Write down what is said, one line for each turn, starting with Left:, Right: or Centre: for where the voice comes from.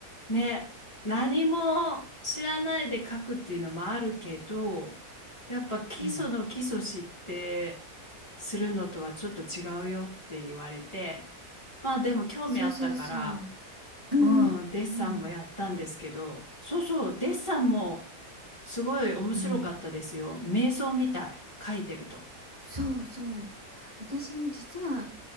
Left: ね、何も知らないで書くっていうのもあるけど、やっぱ基礎の基礎知ってするのとはちょっと違うよって言われて、
Right: うん。
Left: まあでも興味あったから、
Right: そうそうそう。うんうん
Left: うん、デッサンもやったんですけど、そうそう、デッサンもすごい面白かったですよ。
Right: うん。
Left: 瞑想みたい、書いてると。
Right: そうそう。私も実は、わ